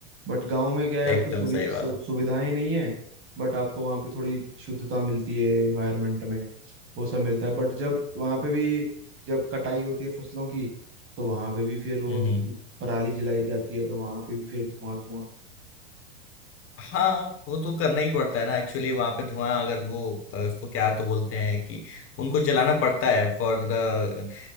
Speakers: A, on the right; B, on the left.
A: बट गांव में क्या
B: <laughs>
A: है
B: एकदम
A: आपको सुवि,
B: सही
A: सु,
B: बात है
A: सुविधाएं नहीं है बट आपको वहाँ पे थोड़ी शुद्धता मिलती है एनवायरनमेंट में वो सब मिलता है बट जब वहाँ पे भी जब कटाई होती है फसलों की तो वहाँ पे भी फिर वो
B: हम्म हम्म
A: पराली जलाई जाती है तो वहाँ पे भी फिर धुआं धुआं
B: हाँ वो तो करना ही पड़ता है ना एक्चुअली वहां पे धुआं अगर वो अ, उसको क्या तो बोलते हैं कि उनको जलाना पड़ता है फॉर द